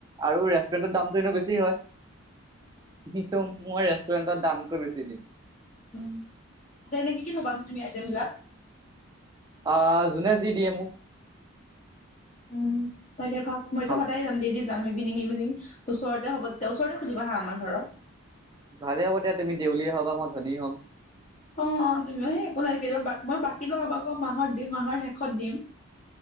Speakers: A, on the right; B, on the left.
A: আৰু ৰেষ্টুৰেণ্টত দামটো এনেও বেছি হয়। কিন্তু মই ৰেষ্টুৰেন্টত দামকৈ বেছি দিম।
B: উম। এনেই কি কি থ'বা তুমি আইটেম বিলাক?
A: আ জোনে যি দিয়ে মোক।
B: উম, তাকে ফাষ্ট মইতো
A: ভাল
B: সদায় যাম। ডেইলি যাম ইভিনং ইভিনং, ওচৰতে হ'ব তেতিয়া, ওচৰতে খুলিবা হা, আমাৰ ঘৰত।
A: ভালে হ'ব দিয়া তুমি দেউলীয়া হ'বা মই ধনী হ'ম।
B: অ' তুমি এ, একো নাই, কেই মই বাকী লগাম আকৌ মাহত দি মাহৰ শেষত দিম।